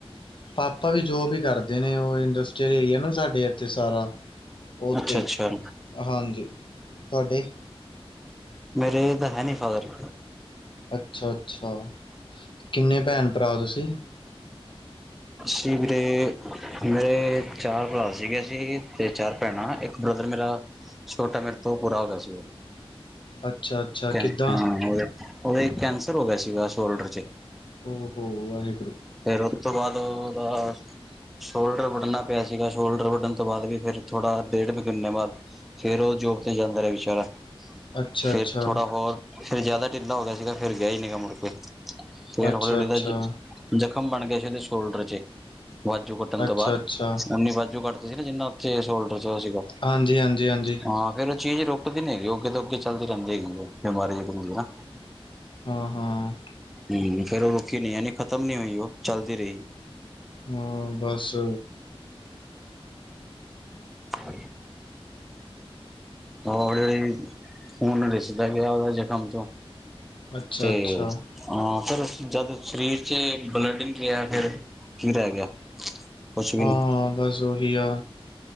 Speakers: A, on the left; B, in the centre.
A: ਪਾਪਾ ਵੀ ਜੋਬ ਈ ਕਰਦੇ ਨੇ ਓ ਇੰਡਸ ਏਰੀਆ ਨਾ ਸਾਡੇ ਏਥੇ ਸਾਰਾ ਓਤੇ
B: ਅੱਛਾ ਅੱਛਾ
A: ਹਾਂਜੀ, ਥਾਡੇ?
B: ਮੇਰੇ ਤਾਂ ਹੈ ਨੀ ਫਾਦਰ।
A: ਅੱਛਾ- ਅੱਛਾ ਕਿੰਨੇ ਭੈਨ - ਭਰਾ ਓ ਤੁਸੀ?
B: ਅਸੀ ਵੀਰੇ, ਮੇਰੇ ਚਾਰ ਭਰਾ ਸੀਗੇ ਸੀ ਤੇ ਚਾਰ ਭੈਣਾਂ ਏਕ ਬ੍ਰਦਰ ਮੇਰਾ ਛੋਟਾ ਮੇਰੇ ਤੋਂ ਪੂਰਾ ਹੋ ਗਿਆ ਸੀ।
A: ਅੱਛਾ ਅੱਛਾ
B: ਕੈਂ
A: ਕਿੱਦਾਂ
B: ਹਾਂ ਹੋਰ ਓਦੇ ਕੈਂਸਰ ਹੋ ਗਿਆ ਸੀਗਾ ਸ਼ੋਲਡਰ'ਚ'
A: ਓ ਹੋੋ ਵਾਹੇਗੁਰੂ।
B: ਫੇਰ ਓਤੋ ਬਾਅਦ ਓਦਾ ਸ਼ੋਲਡਰ ਵੱਢਣਾ ਪਿਆ ਸੀਗਾ ਸ਼ੋਲਡਰ ਵੱਢਣ ਤੋ ਬਾਅਦ ਵੀ ਫੇਰ ਥੋੜਾ ਡੇਢ ਮਹੀਨੇ ਬਾਅਦ ਫੇਰ ਓ ਜੋਬ ਤੇ ਜਾਂਦਾ ਰਿਆ ਵਿਚਾਰਾ।
A: ਅੱਛਾ
B: ਫੇਰ
A: ਅੱਛਾ
B: ਥੋੜਾ ਹੋਰ, ਫੇਰ ਜਆਦਾ ਢਿੱਲਾ ਹੋ ਗਿਆ ਸੀਗਾ ਫੇਰ ਗਿਆ ਈ ਨੀਗਾ ਮੁੜ ਕੇ। ਫੇਰ
A: ਅੱਛਾ
B: ਹੌਲੀ- ਹੌਲੀ
A: ਅੱਛਾ
B: ਬਸ ਜੀ ਜਖ਼ਮ ਬਣ ਗੇ ਸੀ ਓਦੇ ਸ਼ੋਲਡਰ ਚ ਵਾਜੂ ਕੱਟਣ
A: ਅੱਛਾ
B: ਤੋਂ ਬਾਅਦ
A: ਅੱਛਾ
B: ਉਨੀ ਵਾਜੂ ਕੱਟਤੀ ਸੀ ਨਾ ਜਿੰਨਾ ਕੇੜ ਸ਼ੋਲਡਰ ਚ ਹੋਇਆ ਸੀਗਾ?
A: ਹਾਂਜੀ -ਆਂਜੀ -ਆਂਜੀ।
B: ਹਾਂ ਫੇਰ ਓ ਚੀਜ ਰੁਕਦੀ ਨੀ ਹੇਗੀ ਓ ਅੱਗੇ ਤੋਂ ਅੱਗੇ ਚੱਲਦੀ ਰੈਂਦੀ ਹੇਗੀ ਏ ਬਿਮਾਰੀ ਇਹੋ ਹੁੰਦੀ ਏ ਨਾ।
A: ਹਾਂ, ਹਾਂ।
B: ਹਂ ਫਿਰ ਓ ਰੁਕੀ ਨੀਂ ਯਾਨੀ ਖ਼ਤਮ ਨੀਂ ਹੋਈ ਓ, ਚੱਲਦੀ ਰਈ।
A: ਹਂ, ਬਸ।
B: <inaudible> ਹੌਲੀ-ਓਲੀ ਖੂਨ ਰਿਸਦਾ ਗਿਆ ਓਦਾ ਜ਼ਖ਼ਮ ਤੋਂ।
A: ਅੱਛਾ
B: ਤੇ
A: ਅੱਛਾ
B: ਹਾਂ ਫਿਰ ਜਦ ਸਰੀਰ ਚ ਬਲੱਡ ਨਿਕਲਿਆ। ਫਿਰ ਕੀ ਰੈ ਗਿਆ। ਕੁਛ ਵੀ
A: ਹਾਂ,
B: ਨੀ
A: ਹਾਂ ਬਸ ਓਹੀ ਆ।